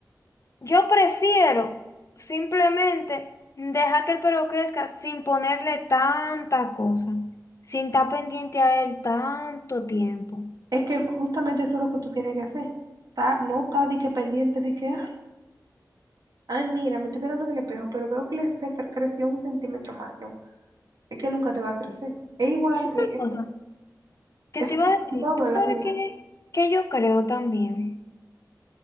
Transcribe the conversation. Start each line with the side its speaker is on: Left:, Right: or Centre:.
Left: Yo prefiero simplemente dejar que el pelo crezca sin ponerle tanta cosa, sin estar pendiente a él tanto tiempo.
Right: Es que justamente eso es lo que tú tienes que hacer. Ta- no está de que pendiente, de que, ay, ay, mira, me estoy mirando en el espejo, pero veo que le se cre- creció un centímetro más. No, es que nunca te va a crecer. Es igual,
Left: Otra
Right: eh,
Left: cosa
Right: eso,
Left: que
Right: eso
Left: te iba
Right: es
Left: a decir,
Right: con todo
Left: tú
Right: en
Left: sabes
Right: la vida.
Left: que, que yo creo también,